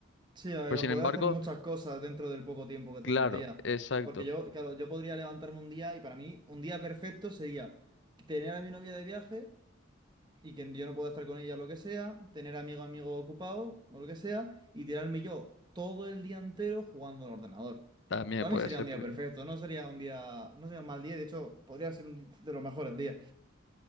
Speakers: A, on the right; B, on the left.
A: Sí, a
B: Pero sin
A: a poder
B: embargo,
A: hacer muchas cosas dentro del poco tiempo que
B: claro,
A: tiene un día.
B: exacto,
A: Porque yo, claro, yo podría levantarme un día y para mí un día perfecto sería tener a mi novia de viaje y que yo no pueda estar con ella lo que sea, tener amigo amigo ocupado o lo que sea y tirarme yo todo el día entero jugando al ordenador.
B: también
A: También
B: puede
A: sería
B: ser
A: un día
B: perfecto.
A: perfecto, no sería un día, no sería un mal día, de hecho podría ser un di- de los mejores días.